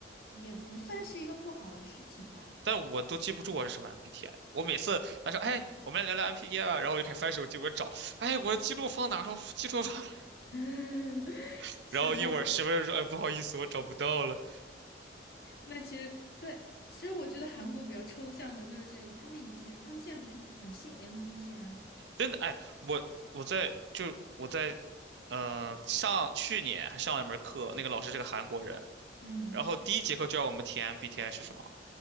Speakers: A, on the left; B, on the right.
A: 也不算是一个不好的事情吧。
B: 但我都记不住我是什么 MBTI。我每次他说：“哎，我们来聊聊 MBTI 吧。”然后我就开始翻手机，我找，哎，我记录放哪了？记录放哪
A: <laughs>
B: <laughs>
A: 是那
B: 然后一会儿十分钟说：“哎，不好意思，我找不到了。”
A: 那其实对，其实我觉得韩国比较抽象的就是这个，他们以前他们现在不是很信 MBTI 嘛？
B: 真的，哎，我我在就我在，呃，上去年还上了一门课，那个老师是个韩国人，
A: 嗯
B: 然后第一节课就让我们填 MBTI 是什么